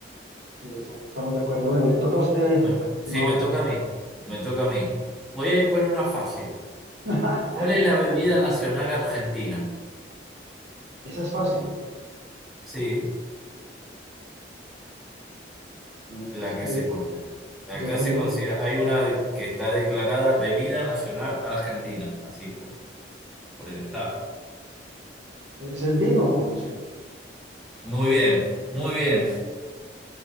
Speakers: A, on the right (about 65°); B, in the centre.
A: Sí, exacto, estamos de acuerdo. Bueno, le toca a usted,
B: Bueno,
A: estimado
B: sí, me
A: Carlos.
B: toca a mí. Me toca a mí. Voy a ir con una fácil.
A: <laughs>
B: ¿Cuál es la bebida nacional argentina?
A: Esa es fácil.
B: Sí,
A: Bueno,
B: la
A: pues
B: que
A: que yo,
B: se con- acá
A: yo tengo,
B: se considera, hay una que está declarada bebida nacional argentina, así por, por el Estado.
A: ¿es el vino? No, no sé.
B: Muy bien, muy bien,